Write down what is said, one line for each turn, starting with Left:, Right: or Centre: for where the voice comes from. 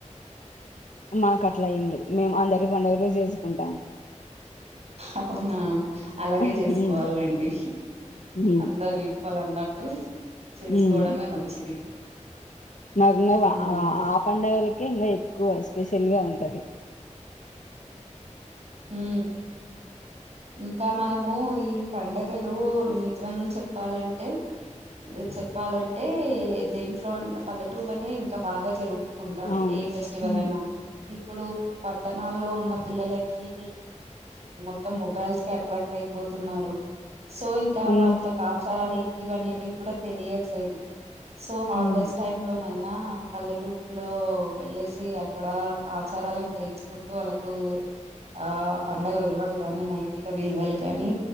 Left: మాకు అట్లా ఏమి లేదు మేము అందరి పండుగలు చేసుకుంటాము
Right: అవునా అలాగే
Left: హ్మ్
Right: చేసుకోవాలేండి
Left: హ్మ్
Right: అందరు ఈక్వల్ అన్నట్ ట్టు చేసుకోవడమే
Left: హ్మ్
Right: మంచిది
Left: మాకు ఇంకా
Right: ఉమ్
Left: ఆ పండగలకే ఇంకా ఎక్కువ స్పెషల్గ ఉంటది
Right: ఉ ఇంకా మనం ము ఈ పండగలు నిజం చెప్పాలంటే చెప్పాలంటే దేంట్లో పల్లెటూళ్లనే ఇంకా బాగా జరుగు పుకుంటారు
Left: అవును
Right: ఏ ఫెస్టివల్
Left: హ్మ్
Right: అయినా ఇప్పుడు పట్టణాల్లో ఉన్న పిల్లల కీ మొత్తం మొబైల్స్కే అట్రాక్ట్ అయిపోతున్నారు సో ఇం ఇంకా
Left: అంత్
Right: వాళ్ళకి ఆచారాలు ఏంటివి అనేటివి కూడా తెలియట్లేదు సో హాలిడేస్
Left: హ్మ్
Right: టైమ్ లో నైనా పల్లెటూరులో వెళ్ళేసి అక్కడ ఆచారాలని తెలుసుకుంటూ వాళ్ళకు ఆ పండగ విలువలు గాని నైతిక విలువలు గాని